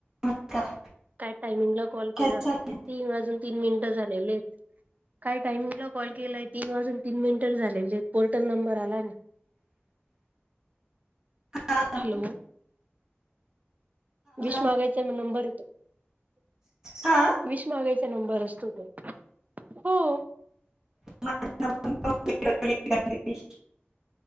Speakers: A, on the right (about 15°); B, on the right (about 35°).
A: नमस्कार
B: काय टायमिंगला कॉल
A: काय
B: केला तीन
A: चाललंय
B: वाजून तीन मिनिटं झालेलेत. काय टायमिंगला कॉल केलाय, तीन वाजून तीन मिनिट झालेलेय, पोर्टल नंबर आलाय ना.
A: <unintelligible> हां.
B: हॅलो विष
A: ना
B: मागायचा म नंबर येतो
A: हा
B: विष मागायचा. नंबर असतो हो.
A: <unintelligible>